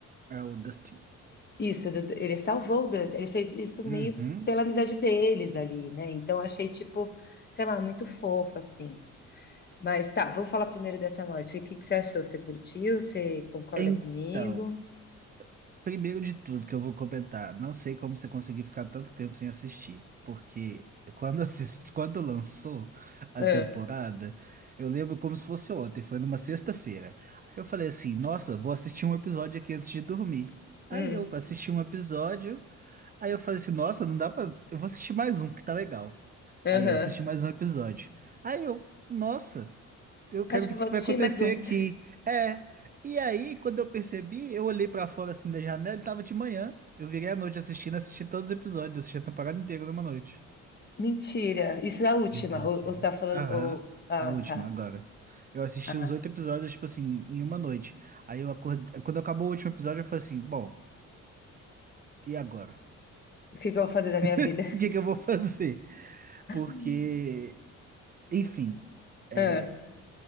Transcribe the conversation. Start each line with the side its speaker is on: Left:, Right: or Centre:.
Right: É o Dustin.
Left: Isso, do- ele salvou o Dustin, ele fez isso
Right: Uhum.
Left: meio pela amizade deles ali, né? Então eu achei, tipo, sei lá, muito fofo, assim. Mas tá, vamos falar primeiro dessa morte. O que que você achou? Você curtiu? Você concorda
Right: Então,
Left: comigo?
Right: Primeiro de tudo que eu vou comentar, não sei como você conseguiu ficar tanto tempo sem assistir, porque quando assisti, <laughs> quando lançou a
Left: É.
Right: temporada, eu lembro como se fosse ontem, foi numa sexta-feira. Aí eu falei assim, nossa, vou assistir um episódio aqui antes de dormir. Aí
Left: Hum.
Right: eu assisti um episódio, aí eu falei assim, nossa, não dá pra, eu vou assistir mais um, porque tá legal.
Left: Aham.
Right: Aí eu assisti mais um episódio. Aí eu, nossa, eu quero
Left: Acho que
Right: ver
Left: eu
Right: o
Left: vou
Right: que
Left: assistir
Right: vai acontecer
Left: mais um.
Right: aqui. É. E aí, quando eu percebi, eu olhei pra fora assim da janela e tava de manhã. Eu virei à noite assistindo, assisti todos os episódios, assisti a temporada inteira numa noite.
Left: Mentira, isso é a última.
Right: Verdade.
Left: Ou, ou você tá falando.
Right: Aham,
Left: Ou... Ah,
Right: a última
Left: tá.
Right: agora. Eu assisti
Left: Ah.
Right: os oito episódios, tipo assim, em uma noite. Aí eu acordei. Quando acabou o último episódio, eu falei assim: bom, e agora?
Left: O que que eu vou fazer da minha vida?
Right: <laughs> O que que eu vou fazer?
Left: <laughs>
Right: Porque, enfim, é,
Left: Ah.